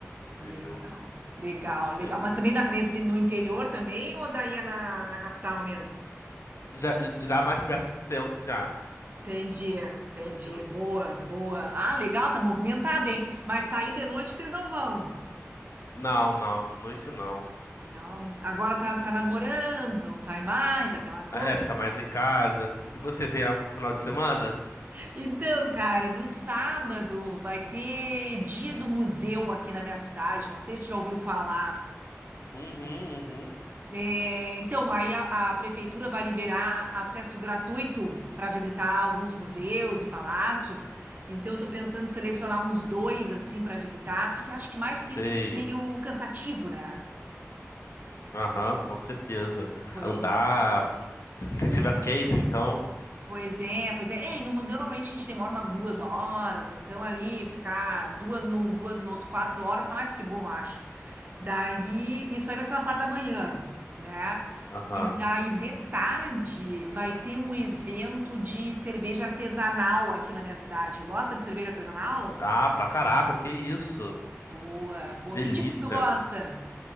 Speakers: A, on the left; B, on the right.
A: entendeu?
B: Legal, legal, legal.
A: É,
B: Mas também na- nesse,
A: é.
B: no interior também ou daí é na, na capital mesmo?
A: Já, já mais perto do centro, já,
B: Entendi, entendi.
A: entendeu?
B: Boa, boa. Ah, legal, tá movimentado, hein? Mas sair de noite vocês não vão.
A: Não, não, de noite não.
B: Não, agora tá, tá namorando,
A: É,
B: não sai mais, aquela coisa.
A: Ah, é ficar mais em casa. E você tem algo pro final de semana?
B: Então, cara, no sábado vai ter dia do museu aqui na minha cidade. Não sei se você já ouviu falar.
A: Uhum, uhum.
B: É, então, aí a, a prefeitura vai liberar acesso gratuito para visitar alguns museus e palácios. Então, eu estou pensando em selecionar uns dois assim para visitar, porque acho que mais
A: Sei.
B: que isso é meio cansativo, né?
A: Aham, com certeza.
B: Pois
A: Andar,
B: é.
A: se tiver quente, então.
B: Pois é, pois é. É, E no museu normalmente a gente demora umas duas horas, então ali ficar duas num, duas no outro, quatro horas, tá mais que bom, eu acho. Daí, isso aí vai ser na parte da manhã, né?
A: Aham.
B: E daí de tarde vai ter um evento de cerveja artesanal aqui na minha cidade. Gosta de cerveja artesanal?
A: Ah, pra caraca, que isso.
B: Boa, boa.
A: Delícia.
B: Que tipo que tu gosta?